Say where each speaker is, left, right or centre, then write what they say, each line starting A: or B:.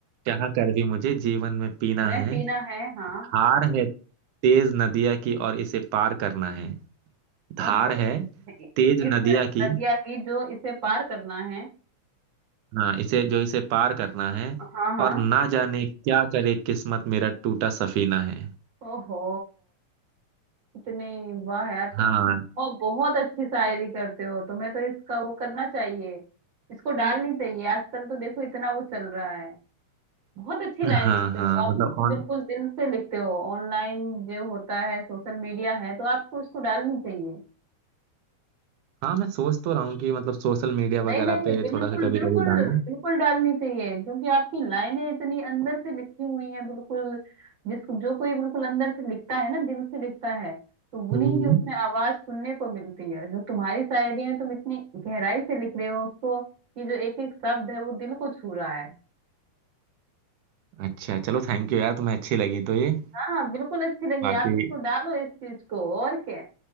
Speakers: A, on the right (about 80°); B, on the right (about 40°).
A: चाह कर भी मुझे जीवन में पीना
B: मैं
A: है
B: पीना है हाँ
A: धार है तेज नदिया की और इसे पार करना है
B: ओहो
A: धार है
B: इ-
A: तेज
B: इस
A: नदिया
B: न-
A: की
B: नदिया की जो इसे पार करना है
A: हाँ इसे जो इसे पार करना है
B: हाँ हाँ
A: और ना जाने क्या करे किस्मत मेरा टूटा सफीना है
B: ओहो इतनी वाह यार तुम
A: हाँ
B: बहुत बहुत अच्छी शायरी करते हो तुम्हें तो इसका वो करना चाहिए इसको डालनी चाहिए आजकल तो देखो इतना वो चल रहा है बहुत अच्छी लाइन
A: हाँ
B: लिखते
A: हाँ
B: हो तो आप
A: मतलब
B: तो
A: ऑन
B: बिल्कुल दिल से लिखते हो ऑनलाइन जो होता है सोशल मीडिया है तो आपको इसको डालनी चाहिए
A: हाँ मैं सोच तो रहा हूँ कि मतलब सोशल मीडिया
B: नहीं
A: वगैरह
B: नहीं
A: पे
B: बिल्कुल
A: थोड़ा सा कभी
B: बिल्कुल
A: कभी डालूं
B: बिल्कुल डालनी चाहिए क्योंकि आपकी लाइनें इतनी अंदर से लिखी हुई हैं बिल्कुल जिसको जो कोई बिल्कुल अंदर से लिखता है ना दिल से लिखता है तो उन्हीं
A: हम्म हम्म।
B: की उसमें आवाज सुनने को मिलती है जो तुम्हारी शायरी है तुम इतनी गहराई से लिख रहे हो उसको कि जो एक एक शब्द है वो दिल को छू रहा है
A: अच्छा चलो थैंक यू यार तुम्हें अच्छी लगी तो ये
B: हाँ बिल्कुल अच्छी लगी
A: बाकी
B: आप इसको डालो इस चीज को और क्या